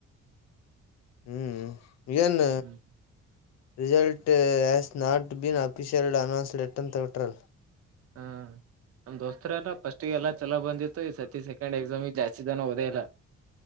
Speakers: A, on the left (about 60°); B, on the right (about 50°).
A: ಹ್ಮ್ ಏನ.
B: ಹ್ಮ್
A: result has not been officially announced yet ಅಂತ ಬಿಟ್ಟಾರಲ.
B: ಹ್ಮ ನಮ್ ದೋಸ್ತರಾದ ಫಸ್ಟ್ಗೆ ಎಲ್ಲಾ ಚಲೋ ಬಂದಿತ್ತು ಈ ಸತಿ ಸ ಸೆಕೆಂಡ್ ಎಕ್ಸಾಮ್ ಗೆ ಜಾಸ್ತಿ ಜನ ಓದೆಯಿಲ್ಲಾ.